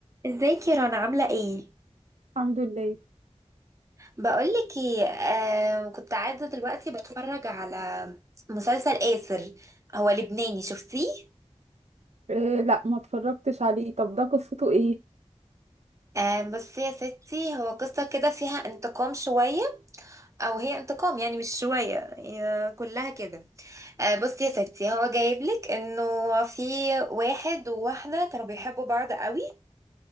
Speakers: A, on the right; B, on the right.
A: ازيك يا رنا عاملة ايه؟
B: الحمد لله
A: بقولك ايه آه كنت قاعدة دلوقتي بتفرج على مسلسل آسر هو لبناني شفتيه؟
B: إيه لا ما اتفرجتش عليه طب ده قصته ايه
A: آه بس يا ستي هو قصة كده فيها انتقام شوية او هي انتقام يعني مش شوية هي كلها كده آه بصي يا ستي هو جايبلك انه في واحد وواحدة كانوا بيحبوا بعض قوي